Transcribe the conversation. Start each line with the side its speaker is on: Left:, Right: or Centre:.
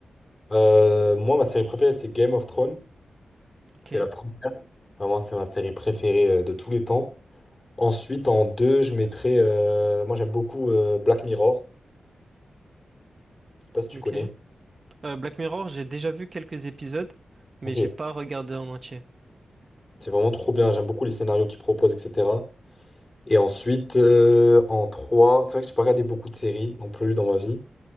Left: Euh, moi, ma série préférée, c'est Game of Thrones.
Right: Ok,
Left: C'est la première. Vraiment, c'est ma série préférée euh, de tous les temps. Ensuite, en deux, je mettrais. euh, moi, j'aime beaucoup euh, Black Mirror. Je sais pas si tu
Right: ok.
Left: connais.
Right: Euh, Black Mirror, j'ai déjà vu quelques épisodes, mais
Left: Ok.
Right: j'ai pas regardé en entier.
Left: C'est vraiment trop bien. J'aime beaucoup les scénarios qu'ils proposent, etc. Et ensuite, euh, en trois, c'est vrai que j'ai pas regardé beaucoup de séries non plus dans ma vie.